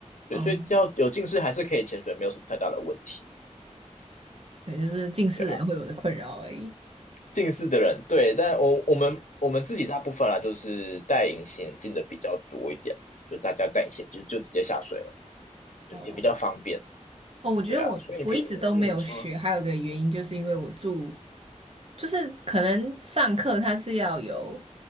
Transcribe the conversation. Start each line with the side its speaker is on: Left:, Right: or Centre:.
Left: 对，
Right: 哦，
Left: 所以只要有近视还是可以潜水，没有什么太大的问题，
Right: 对，就是近视人会有的困扰而已。
Left: 对啊。近视的人，对，但我我们我们自己大部分啦，就是戴隐形眼镜的比较多一点，就大家戴隐形就就直接下水了，对，
Right: 哦。
Left: 也比较方便，
Right: 哦，我觉得我我一直都没有学，
Left: 对啊，所以你平嗯说
Right: 还有一个原因就是因为我住，就是可能上课它是要有，